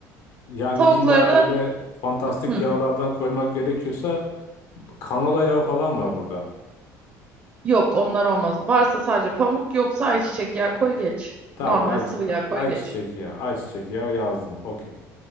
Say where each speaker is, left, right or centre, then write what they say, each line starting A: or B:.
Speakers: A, on the left; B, on the right.
A: Yani
B: Tavuklarını
A: illa öyle fantastik
B: hı,
A: yağlardan koymak gerekiyorsa kanola yağı falan var burada.
B: yok onlar olmaz. Varsa sadece pamuk yoksa ayçiçek yağı koy geç.
A: Tamam
B: Normal
A: ay,
B: sıvı yağ koy
A: ayçiçek
B: geç.
A: yağı. Ayçiçek yağı yazdım. Okey.